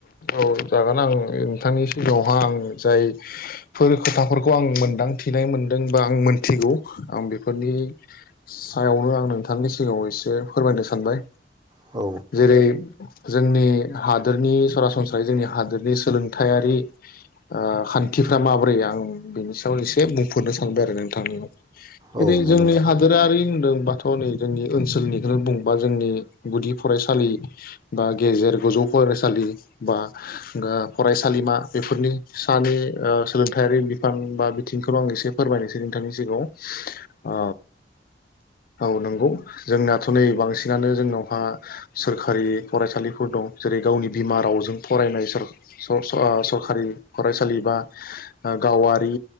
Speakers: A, on the left; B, on the right.
A: औ जागोन आं नोंथांनि सिगाङावहा आं जायफोर खोथाफोरखौ आं मोनदांथिनाय मोनदों बा आं मोनथिगौ आं बेफोरनि सायावनो आं नोंथांनि सिगाङाव एसे फोरमायनो सानबाय
B: औ
A: जेरै जोंनि हादोरनि सरासन ओमफ्राय जोंनि हादोरनि सोलोंथायायारि ओ खान्थिफ्रा माब्रै आं बेनि सायाव एसे बुंफोरनो सानबाय आरो नोंथांनिङाव जेरै
B: औ नंगौ
A: जोंनि
B: नोंथां
A: हादोरारि होनदों बा थ' नै जोंनि ओनसोलनिखौनो बुंबा जोंनि गुदि फरायसालि बा गेजेर गोजौ फरायसालि बा ओ फरायसालिमा बेफोरनि सानि सोलोंथायारि बिफान बा बिथिंखौनो आं एसे फोरमायनोसै नोंथांनि सिगाङाव औ औ नंगौ जोंनाथ' नै बांसिनानो जोंनावहा सोरखारि फरायसालिफोर दं जेरै गावनि बिमा राव जों फरायनाय सर-आ-सरखारि फरायसालि बा गावारि